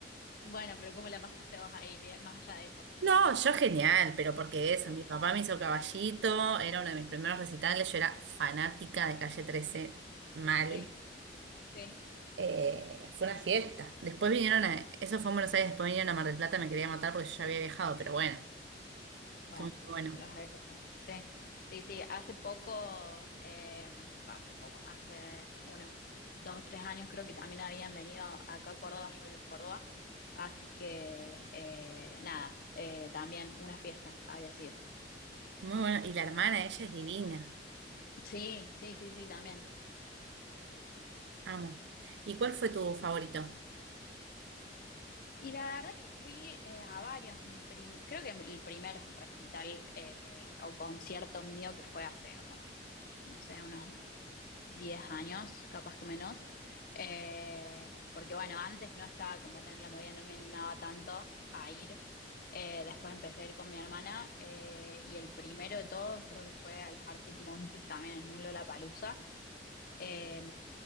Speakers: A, on the left; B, on the right.
A: Bueno, pero ¿cómo la pasaste vos ahí, bien, más allá de eso?
B: No, yo genial, pero porque eso,
A: <laughs>
B: mi papá me hizo Caballito, era uno de mis primeros recitales, yo era fanática de Calle trece, mal.
A: Sí, sí.
B: Eh, fue una fiesta. Después vinieron a, eso fue en Buenos Aires, después vinieron a Mar del Plata, me quería matar porque yo ya había viajado, pero bueno,
A: Bueno,
B: todo muy bueno,
A: los he visto. Sí, sí, sí. Hace poco, eh, va, hace poco, hace unos dos o tres años creo que también habían venido acá a Córdoba, yo vivo en Córdoba, así que eh, nada, eh, también una fiesta había sido.
B: muy bueno. Y la hermana, ella es divina,
A: Sí, sí, sí, sí, también.
B: amo. ¿Y cuál fue tu favorito?
A: Y la verdad que fui eh, a varios, mi prim- creo que el primer recital eh, o concierto mío que fue hace como, no sé, unos 10 años, capaz que menos, eh, porque bueno, antes no estaba como tan en la movida, no me animaba tanto a ir. Eh, después empecé a ir con mi hermana eh, y el primero de todos creo que fue a los Arctic Monkeys también en un Lollapalooza, eh,